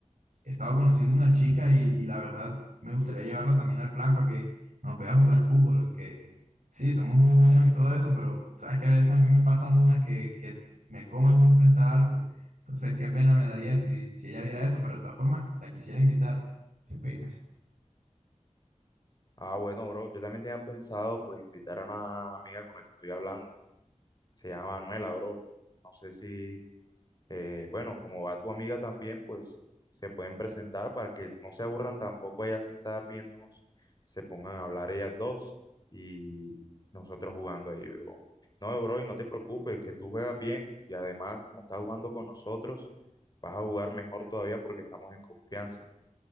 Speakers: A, on the right; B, on the left.
A: he estado conociendo una chica y, y la verdad me gustaría llevarla también al plan para que nos vea jugar fútbol, aunque sí, somos muy buenos y todo eso, pero sabes que a veces a mí me pasan unas que, que me comen muy frente al arco. Entonces, qué pena me daría si, si ella viera eso, pero de todas formas, la quisiera invitar. ¿Qué opinas?
B: Ah, bueno, bro, yo también tenía pensado pues invitar a una amiga con la que estoy hablando. Se llama Manuela, bro. No sé si, eh, bueno, como va tu amiga también, pues se pueden presentar para que no se aburran tampoco ellas sentadas viéndonos, se pongan a hablar ellas dos y nosotros jugando ahí, bro. No, bro, y no te preocupes, que tú juegas bien y además como estás jugando con nosotros, vas a jugar mejor todavía porque estamos en confianza.